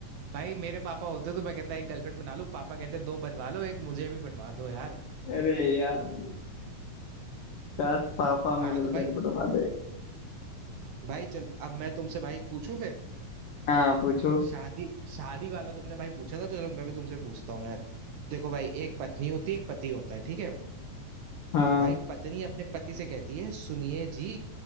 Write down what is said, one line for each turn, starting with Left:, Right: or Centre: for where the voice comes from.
Right: भाई मेरे पापा होते तो मैं कहता एक गर्लफ्रेंड बना लूं पापा कहते दो बनवा लो एक मुझे भी बनवा दो यार
Left: अरे यार काश पापा में
Right: हाँ
Left: गर्लफ्रेंड
Right: तो भाई
Left: बनवा दे
Right: भाई चलो अब मैं तुमसे भाई पूछूं फिर
Left: हाँ पूछो
Right: शादी शादी वाला तुमने भाई पूछा था तो चलो मैं भी तुमसे पूछता हूँ यार देखो भाई एक पत्नी होती है एक पति होता है ठीक है
Left: हाँ
Right: भाई पत्नी अपने पति से कहती है सुनिए जी